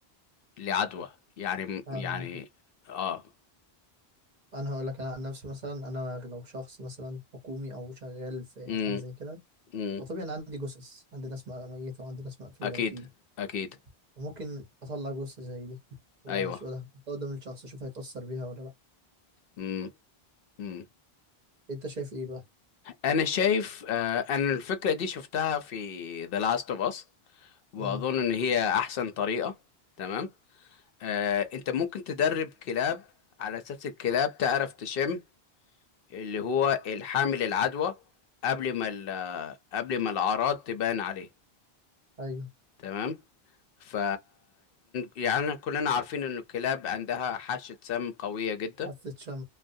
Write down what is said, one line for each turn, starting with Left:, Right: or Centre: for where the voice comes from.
Left: لعدوى يعني
Right: انا
Left: يعني اه
Right: انا هقول لك انا عن نفسي مثلا انا لو شخص مثلا حكومي او شغال في
Left: امم
Right: حاجه زي كده
Left: امم
Right: فطبيعي انا عندي جثث عندي ناس ميته وعندي ناس مقتوله
Left: اكيد
Right: اكيد
Left: اكيد
Right: وممكن اطلع جثه زي دي واشوفها
Left: ايوه
Right: قدام الشخص اشوف هيتاثر بيها ولا لا
Left: امم امم
Right: انت شايف ايه بقى
Left: انا شايف آه، انا الفكرة دي شفتها في The Last of Us واظن
Right: مم.
Left: ان هي احسن طريقة تمام آه، انت ممكن تدرب كلاب على اساس الكلاب تعرف تشم اللي هو الحامل العدوى قبل ما ال- آه، قبل ما الاعراض تبان عليه
Right: ايوه
Left: تمام ف يعني كلنا عارفين ان الكلاب عندها حاسة سم قوية جدا
Right: حاسه شم